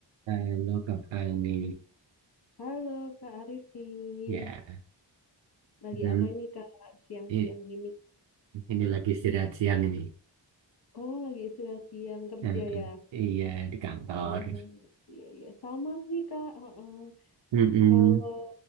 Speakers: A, on the right; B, on the left.
A: Halo Kak Fani,
B: Halo Kak Arifin,
A: ya
B: lagi
A: Hmm,
B: apa ini Kak siang-siang
A: i-
B: gini?
A: ini lagi istirahat siang ini.
B: Oh lagi istirahat siang kerja
A: Heeh.
B: ya?
A: Iya di kantor.
B: Oh iya iya sama sih Kak. Heeh.
A: Mm-mm.
B: Kalau